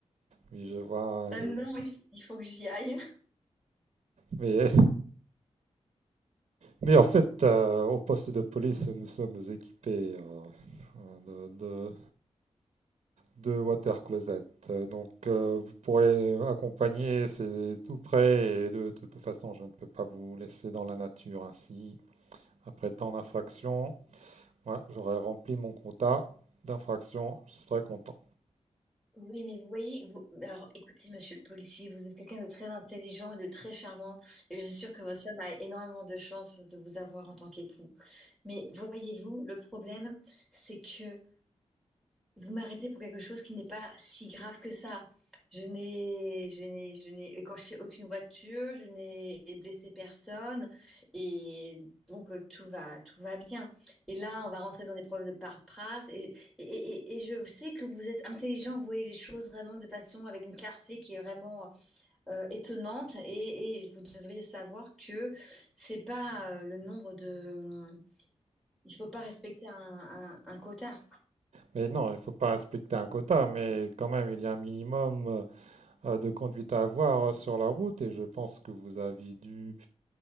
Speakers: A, on the right (about 65°); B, in the centre.
A: Oui, je vois.
B: maintenant,
A: et-
B: il f- il faut que j'y aille.
A: Mais Mais en fait, euh, au poste de police, nous sommes équipés euh, de, de, de water closet. Euh, Donc, euh, vous pourrez accompagner, c'est tout près. Et de toute façon, je ne peux pas vous laisser dans la nature ainsi. Après tant d'infractions, ouais, j'aurais rempli mon quota d'infractions, je serais content.
B: Oui, mais vous voyez, vous... alors écoutez, monsieur le policier, vous êtes quelqu'un de très intelligent et de très charmant, et je suis sûre que votre femme a énormément de chance de vous avoir en tant qu'époux. Mais voyez-vous, le problème, c'est que Vous m'arrêtez pour quelque chose qui n'est pas si grave que ça. Je n'ai, je n'ai, je n'ai écorché aucune voiture, je n'ai blessé personne, et donc euh, tout va, tout va bien. Et là, on va rentrer dans des problèmes de paperasse, et, et, et- et je sais que vous êtes intelligent, vous voyez les choses vraiment de façon avec une clarté qui est vraiment euh, étonnante, et, et vous devriez savoir que c'est pas euh, le nombre de, il faut pas respecter un, un un quota.
A: Mais non, il ne faut pas respecter un quota, mais quand même, il y a un minimum euh, euh, de conduite à avoir euh, sur la route et je pense que vous avez dû